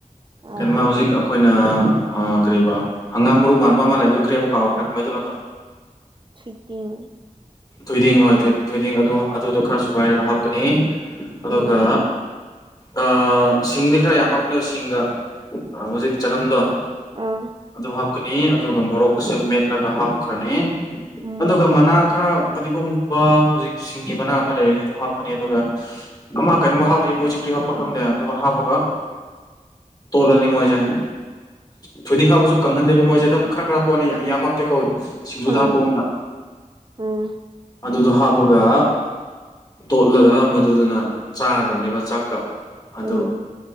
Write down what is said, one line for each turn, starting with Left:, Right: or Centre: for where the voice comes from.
Right: ꯑꯥ
Left: ꯀꯟꯃꯥ ꯍꯧꯖꯤꯛ ꯑꯈꯣꯏ ꯀꯌꯤꯕꯥ ꯍꯪꯒꯥꯝ ꯃꯔꯨ ꯃꯥꯟꯕ ꯑꯃ ꯂꯩꯕꯗꯨ ꯀꯌꯤꯍꯥꯏꯕ ꯀꯥꯎ ꯈꯔ ꯃꯩꯇꯩꯂꯣꯟꯗꯥ
Right: ꯊꫭꯏꯗꯤꯡ
Left: ꯊꯣꯏꯗꯤꯡ ꯍꯣꯏ ꯊꯣꯏꯗꯤꯡ ꯑꯗꯨ ꯑꯗꯨꯗꯣ ꯈꯔꯥ ꯁꯨꯒꯥꯏꯔꯒꯥ ꯍꯥꯞꯀꯅꯤ ꯑꯗꯨꯒꯥ
Right: ꯎꯝ
Left: ꯑꯥ ꯁꯤꯡꯗꯤ ꯈꯔ ꯌꯥꯝꯅ ꯍꯥꯞꯄꯅꯤ ꯁꯤꯡꯒ ꯍꯧꯖꯤꯛ ꯆꯅꯝꯗꫭ
Right: ꯑꯥ
Left: ꯑꯗꯨ ꯍꯥꯞꯀꯅꯤ ꯑꯗꯨꯒ ꯃꯣꯔꯣꯛ ꯑꯁꯦ ꯃꯦꯠꯂꯒ ꯍꯥꯞꯈ꯭ꯔꯅꯤ
Right: ꯎꯝ
Left: ꯑꯗꯨꯒ ꯃꯅꯥ ꯈꯔ ꯐꯗꯤꯒꯣꯝꯒꯨꯝꯕ ꯍꯧꯖꯤꯛ ꯁꯤꯡꯒꯤ ꯃꯅꯥ ꯑꯃ ꯂꯩꯔꯗꯤꯗꯨ ꯍꯥꯞꯀꯅꯤ ꯑꯗꯨꯒ ꯑꯃ ꯀꯩꯅꯣꯝ ꯍꯥꯞꯄꯤ ꯃꯣꯏꯖꯨ ꯀ꯭ꯔꯤ ꯍꯥꯞꯄꯅꫭ ꯈꯪꯗꯦ ꯑꯗꯨꯗꯣ ꯍꯥꯞꯄꯒ ꯇꯣꯜꯂꯅꯤ ꯃꯣꯏꯖꯦ ꯊꯣꯏꯗꯤꯡ ꯍꯥꯞꯕꯁꯨ ꯀꯪꯍꯟꯗꯦꯀꫭ ꯃꯣꯏꯁꯦ ꯑꯗꯨꯝ ꯈꯔ ꯈꯔ ꯄꯣꯠꯅꯤ ꯑꯌꯥꯝꯅ ꯍꯥꯞꯇꯦꯀꯣ ꯁꯤꯡꯖꯨꯗ
Right: ꯑꯥ
Left: ꯍꯥꯞꯄꯒꯨꯝꯅ
Right: ꯎꯝ
Left: ꯑꯗꯨꯗꯣ ꯍꯥꯞꯄꯒ ꯇꯣꯠꯂꯒ ꯃꯗꯨꯗꯨꯅ ꯆꯗꯥꯏꯅꯦꯕ ꯆꯥꯛꯀ ꯑꯗꯣ
Right: ꯎꯝ